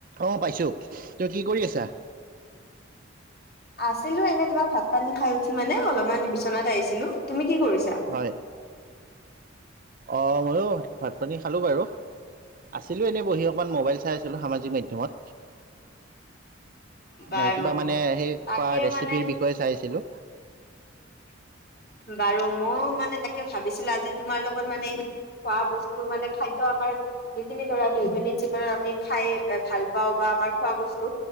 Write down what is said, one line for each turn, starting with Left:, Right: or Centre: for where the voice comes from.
Right: অ' পাইছোঁ। তই কি কৰি আছা?
Left: আছিলোঁ এনে তোমাৰ ভাত-পানী খাই উঠি মানে অলপমান বিচনাত আহিছিলোঁ। তুমি কি কৰিছা?
Right: হয় অ' মইয়ো ভাত-পানী খালোঁ বাৰু। আছিলোঁ এনেই বহি অকণমান মোবাইল চাই আছিলোঁ সামাজিক মাধ্যমত।
Left: বাৰু
Right: অ' কিবা মানে সেই
Left: তাকে
Right: খোৱা ৰেচিপিৰ
Left: মানে
Right: বিষয়ে চাই আছিলোঁ।
Left: বাৰু মইয়ো মানে তাকে ভাবিছিলোঁ আজি তোমাৰ লগত মানে খোৱা বস্তু মানে খাদ্য আমাৰ যিখিনি ধৰা দৈনন্দিন জীৱনত আমি খাই ভাল পাওঁ বা আমাৰ খোৱা বস্তু